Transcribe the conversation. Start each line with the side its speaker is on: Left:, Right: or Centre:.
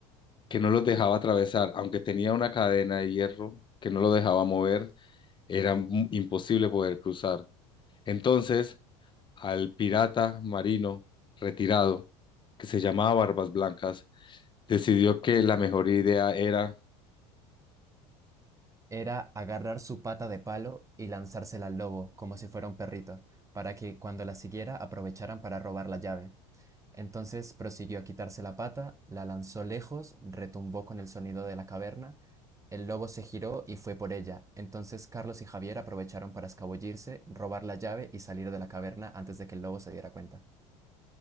Left: que no los dejaba atravesar, aunque tenía una cadena de hierro que no lo dejaba mover, era mu- imposible poder cruzar. Entonces, al pirata marino retirado, que se llamaba Barbas Blancas, decidió que la mejor idea era,
Right: Era agarrar su pata de palo y lanzársela al lobo, como si fuera un perrito, para que cuando la siguiera aprovecharan para robar la llave. Entonces prosiguió a quitarse la pata, la lanzó lejos, retumbó con el sonido de la caverna, el lobo se giró y fue por ella. Entonces Carlos y Javier aprovecharon para escabullirse, robar la llave y salir de la caverna antes de que el lobo se diera cuenta.